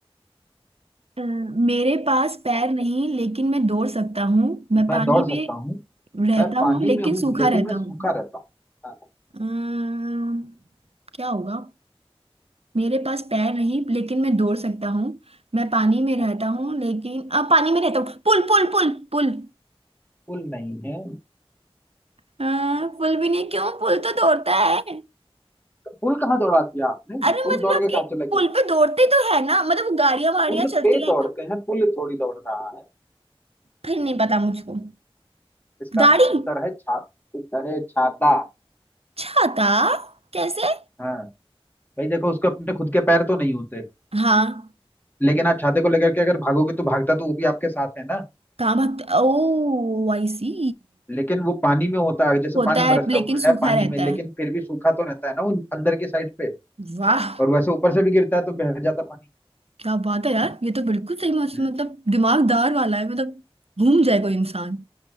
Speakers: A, on the right (about 80°); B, on the left (about 20°).
A: अ, मेरे पास पैर
B: ओके
A: नहीं लेकिन मैं दौड़ सकता हूँ मैं
B: मैं
A: पानी
B: दौड़ सकता
A: में
B: हूँ
A: रहता
B: मैं पानी
A: हूँ लेकिन
B: में हूँ
A: सूखा
B: लेकिन
A: रहता
B: मैं सूखा
A: हूँ
B: रहता हूँ
A: अम्म, क्या होगा मेरे पास पैर नहीं लेकिन मैं दौड़ सकता हूँ मैं पानी में
B: हाँ,
A: रहता हूँ लेकिन अब पानी में रहता हूँ पुल पुल पुल पुल
B: पुल नहीं है
A: अ, पुल भी नहीं क्यों पुल तो दौड़ता है
B: पुल कहाँ दौड़ा दिया आपने
A: अरे
B: पुल
A: मतलब
B: दौड़ के कहाँ
A: कि
B: चले
A: पुल
B: गए
A: पे दौड़ते तो है ना मतलब गाड़ियां वाड़ियां
B: पुल
A: चलती
B: पे
A: हैं
B: दौड़ते
A: तो
B: हैं पुल थोड़ी दौड़ रहा है
A: फिर नहीं पता मुझको
B: इसका
A: गाड़ी
B: उत्तर है छा उत्तर है छाता
A: छाता कैसे
B: हाँ भाई देखो उसके अपने खुद के पैर तो नहीं होते
A: हाँ
B: लेकिन आप छाते को लेकर के अगर भागोगे तो भागता तो वो भी आपके साथ है ना
A: कहाँ भागते ओ आई सी
B: लेकिन वो पानी में होता है जैसे
A: होता
B: पानी बरस
A: है
B: रहा
A: लेकिन
B: है वो
A: सूखा
B: है पानी
A: रहता
B: में लेकिन
A: है
B: फिर भी सूखा तो रहता है ना वो अंदर की साइड पे
A: वाह
B: और वैसे ऊपर से भी गिरता है तो बह जाता पानी
A: क्या बात है यार ये तो बिल्कुल सही मस-
B: हम्म
A: मतलब दिमागदार वाला है मतलब घूम जाएगा इंसान